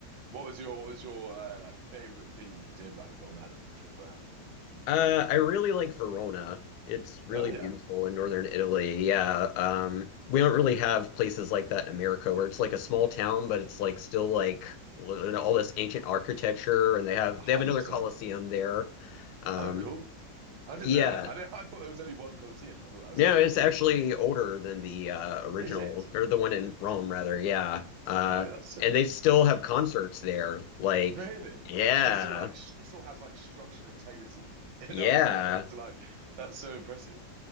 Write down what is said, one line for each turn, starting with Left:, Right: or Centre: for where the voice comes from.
Right: What was your what was your uh, like favorite thing you did like on that little trip around?
Left: Uh, I really like Verona. It's really
Right: Oh yeah,
Left: beautiful in northern Italy. Yeah. Um, we don't really have places like that in America where it's like a small town, but it's like still like l- all this ancient architecture and they have
Right: 100%.
Left: they have another Colosseum there. Um,
Right: Oh cool. I didn't
Left: yeah.
Right: know that. I didn't, I thought there was only one Colosseum. I thought that was
Left: No,
Right: like the whole
Left: it's
Right: point.
Left: actually older than the uh original
Right: Is it?
Left: or the one in Rome rather. Yeah. Uh,
Right: Oh, that's sick.
Left: and they still have concerts there. Like,
Right: Really?
Left: yeah.
Right: So it's still like sh- it still has like structural integrity <laughs> enough
Left: Yeah.
Right: for them to like that's so impressive.